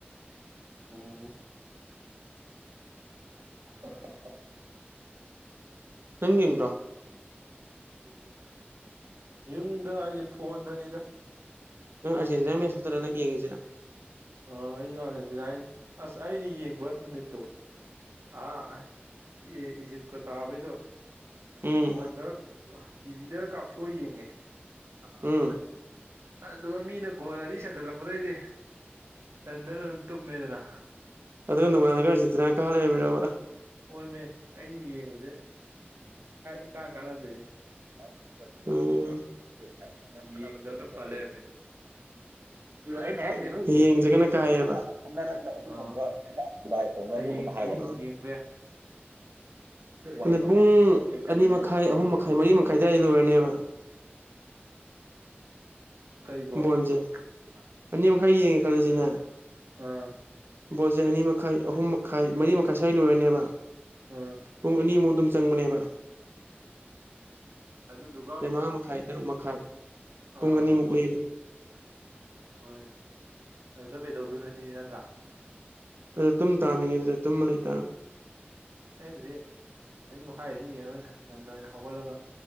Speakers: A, on the right (about 90°); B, on the right (about 65°).
A: ꯎꯝ <unintelligible>
B: ꯅꯪ ꯌꯦꯡꯕ꯭ꯔꯣ
A: ꯌꯨꯝꯗ ꯑꯩꯁꯦ ꯐꯣꯟꯗꯅꯤꯗ
B: ꯅꯪ ꯑꯔꯖꯦꯟꯇꯤ ꯃꯦꯠꯁꯈꯛꯇꯔꯥ ꯅꯪ ꯌꯦꯉꯤꯁꯤꯅ?
A: ꯑ ꯑꯩꯖꯨ ꯑꯥꯔꯖꯦꯟꯇꯤꯅꯥꯅꯤ ꯑꯁ ꯑꯩꯅ ꯌꯦꯡꯕ ꯅꯨꯃꯤꯠꯇꯣ ꯑꯥ ꯑꯦ ꯏꯖꯤꯞꯀ ꯇꯥꯕꯩꯗꯣ
B: ꯎꯝ
A: ꯐꯣꯟꯗ ꯇꯤꯕꯤꯗꯒ ꯀꯥꯞꯊꯣꯛꯑ ꯌꯦꯡꯉꯦ꯫
B: ꯎꯝ
A: ꯑꯗꯨꯒ ꯃꯤꯅ ꯒꯣꯜ ꯑꯅꯤ ꯆꯟꯖꯜꯂꯛꯄꯗꯩꯗꯤ ꯇꯟꯗꯅ ꯑꯗꯨꯝ ꯇꯨꯝꯃꯤꯃꯦꯗꯅ
B: ꯑꯗꯨꯒ ꯅꯣꯡꯉꯥꯜꯂꯒ ꯑꯔꯖꯦꯟꯇꯤꯅꯥꯅ ꯀꯥꯔ ꯂꯩꯔꯝꯃꯤꯔꯕ?
A: ꯍꯣꯏ ꯃꯤ ꯑꯩꯅ ꯌꯦꯡꯕꯖꯦ ꯏꯀꯥꯟ ꯀꯥꯟꯅꯗꯦꯅꯦ꯫
B: ꯥꯎꯝ <unintelligible>
A: ꯌꯦꯡꯗꯕꯅ ꯐ ꯂꯩꯔꯝꯃꯦꯅꯦ ꯑꯗꯣ
B: ꯑꯩꯅ
A: ꯈꯪꯗꯦ ꯍꯌꯦꯡꯒꯤ
B: ꯍꯦꯛ ꯌꯦꯡꯗꯔꯒꯅ ꯀꯥꯏꯌꯦꯕ ꯈꯠꯅꯔꯒ ꯑꯗꯨꯒꯨꯝꯕ
A: ꯑꯥ
B: ꯀꯗꯥꯏ ꯇꯧꯅꯅꯨꯅ
A: ꯍꯌꯦꯡꯗꯤ
B: ꯍꯥꯏꯕ
A: ꯌꯦꯡꯕ ꯌꯥꯏ
B: ꯑ ꯄꯨꯡ ꯑꯅꯤ ꯃꯈꯥꯏ ꯑꯍꯨꯝ ꯃꯈꯥꯏ ꯃꯔꯤ ꯃꯈꯥꯏ ꯑꯗꯨ꯭ꯋꯥꯏꯗ ꯂꯣꯏꯔꯅꯦꯕ
A: ꯀꯩꯕꯣ
B: ꯕꯣꯟꯁꯦ ꯑꯅꯤ ꯃꯈꯥꯏ ꯌꯦꯡꯉꯦ ꯈꯜꯂꯁꯤꯅꯦ
A: ꯑꯥ
B: ꯕꯣꯜꯁꯦ ꯑꯅꯤ ꯃꯈꯥꯏ ꯑꯍꯨꯝ ꯃꯈꯥꯏ ꯃꯔꯤ ꯃꯈꯥꯏ ꯁ꯭ꯋꯥꯏ ꯂꯣꯏꯔꯅꯦꯕ
A: ꯎꯝ
B: ꯄꯨꯡ ꯑꯅꯤꯃꯨꯛ ꯑꯗꯨꯝ ꯆꯪꯕꯅꯦꯕ
A: ꯑꯗꯨꯗꯨꯒ
B: ꯁꯦ
A: ꯑꯃꯨꯛ
B: ꯃꯪꯉꯥ ꯃꯈꯥꯏ ꯇꯔꯨꯛ ꯃꯈꯥꯏ
A: ꯑꯥ
B: ꯄꯨꯡ ꯑꯅꯤꯃꯨꯛ ꯂꯩꯌꯦꯕ
A: ꯍꯣꯏ ꯑꯗꯨꯗ ꯀꯩꯗꯧꯗꯣꯏꯅꯣ ꯁꯤꯅꯤ ꯅꯠꯇ꯭ꯔꯥ
B: ꯑꯗꯨ ꯇꯨꯝ ꯇꯥꯃꯤꯅꯦ ꯑꯗꯨꯗ ꯇꯨꯝꯃ ꯂꯩꯇꯥꯥꯕ
A: ꯑꯩꯕꯨꯗꯤ ꯑꯅꯤ ꯃꯈꯥꯏꯒꯤꯗꯨ ꯌꯦꯡꯉꯔꯣꯏꯗ ꯉꯟꯅ ꯑꯣꯏꯅ ꯍꯧꯒꯠꯂꯒ